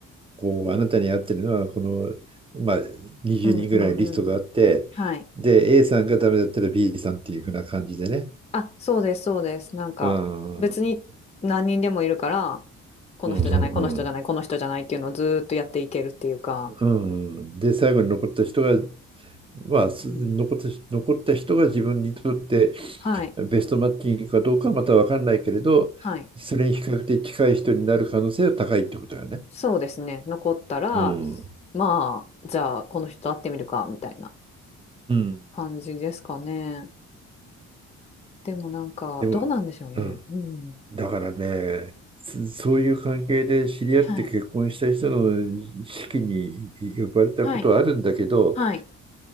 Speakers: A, on the right (about 15°); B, on the left (about 20°).
A: こう、あなたに合ってるのは、この、まあ、20人ぐらいリストがあって、
B: うん、うん、うん、はい。
A: で、A さんがダメだったら B さんっていうふうな感じでね。
B: あ、そうです、そうです。なんか別に何人でもいるから、
A: うんうん
B: この人じゃない、
A: うんう
B: この人じゃない、
A: ん。
B: この人じゃないっていうのをずーっとやっていけるっていうか、
A: うん、で最後に残った人が、まあ、す残ったし、
B: うん、
A: 残った人が自分にとって
B: はい、
A: ベストマッチングかどうかはまた分かんないけれど、
B: はい。
A: それに比較的近い人になる可能性は高いってことだよね。
B: そうですね。残ったうら、
A: うん、
B: ん。まあ、じゃあ、この人と会ってみるか、みたいな
A: うん。
B: 感じですかね。でもなんか、
A: でも、
B: どうなんでしょうね。
A: うん、
B: うん。
A: だからね、そそういう関係で知り合って結婚した人の式に呼ばれたことはあるんだけど、
B: はい。はい。はい。